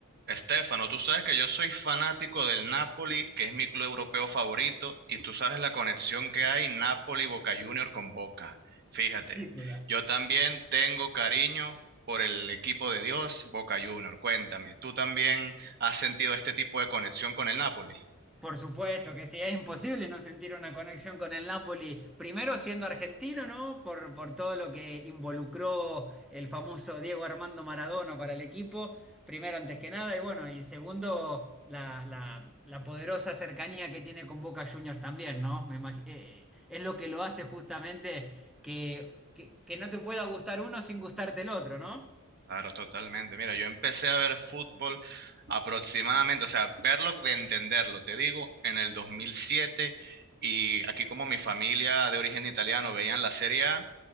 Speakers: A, on the right; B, in the centre.
A: Estefano, tú sabes que yo soy fanático del Napoli, que es mi club europeo favorito, y tú sabes la conexión que hay Napoli-Boca Junior con Boca. Fíjate,
B: Sin duda.
A: yo también tengo cariño por el equipo de Dios, Boca Junior. Cuéntame, ¿tú también has sentido este tipo de conexión con el Napoli?
B: Por supuesto que sí, es imposible no sentir una conexión con el Napoli, primero siendo argentino, ¿no? Por, por todo lo que involucró el famoso Diego Armando Maradona para el equipo, primero antes que nada, y bueno, y segundo, la, la- la poderosa cercanía que tiene con Boca Juniors también, ¿no? Me imagi- eh, es lo que lo hace justamente que, que, que no te pueda gustar uno sin gustarte el otro, ¿no?
A: Claro, totalmente. Mira, yo empecé a ver fútbol aproximadamente, o sea, verlo de entenderlo, te digo, en el 2007. Y aquí como mi familia de origen italiano veían la Serie A,